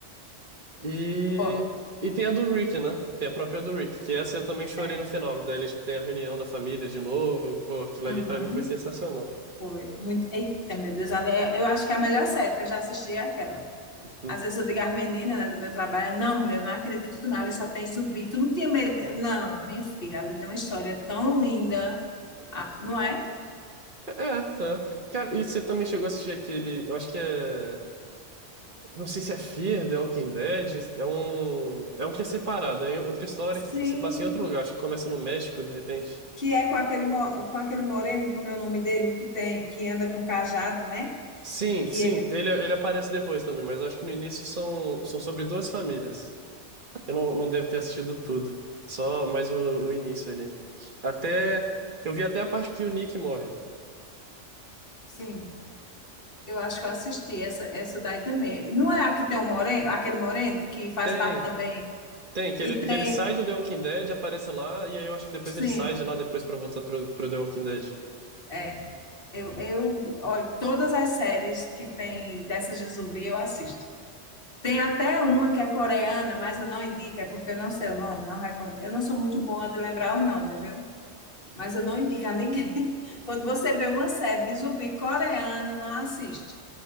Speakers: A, on the right; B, on the left.
A: E
B: Ó,
A: e tem a do Rick, né? Tem a própria do Rick, que essa eu também chorei
B: é,
A: no final. Daí eles têm a reunião da família de novo, pô, aquilo
B: uhum,
A: ali pra mim foi sensacional.
B: foi. Muito, eita, meu Deus, ela é- eu acho que é a melhor série que eu já assisti é aquela.
A: Uhum.
B: Às vezes eu digo às meninas, né, do meu trabalho, não, mulher, eu não acredito não, ali só tem zumbi. Tu não tinha medo? Não, minha filha, ali tem uma história tão linda. Ah, não é?
A: É, é. Cara, e você também chegou a assistir aquele, eu acho que é Não sei se é Fear The Walking Dead, é um, é um que é separado, é outra história
B: Sim.
A: que se passa em outro lugar, acho que começa no México, de repente.
B: que é com aquele, mo- com aquele moreno, como é o nome dele, o que tem, que anda com cajado, né?
A: Sim,
B: Que
A: sim,
B: ele.
A: ele, ele aparece depois também, mas eu acho que no início são, são sobre duas famílias. Eu não, não devo ter assistido tudo, só mais o, o início ali. Até, eu vi até a parte que o Nick morre.
B: Sim, eu acho que eu assisti essa, essa daí também. Não é a que tem o moreno, aquele moreno que faz
A: Tem,
B: parte também.
A: tem, que
B: E
A: ele, que
B: tem.
A: ele sai do The Walking Dead, aparece lá, e aí eu acho que depois
B: Sim,
A: ele sai de lá depois pra voltar pro, pro The Walking Dead.
B: É, eu, eu olho todas as séries que tem dessas de zumbi, eu assisto. Tem até uma que é coreana, mas eu não indico, é porque eu não sei o nome, não recordo. Eu não sou muito boa de lembrar os nomes, viu? Mas eu não indico a ninguém. <laughs> Quando você vê uma série de zumbi coreana, não assiste.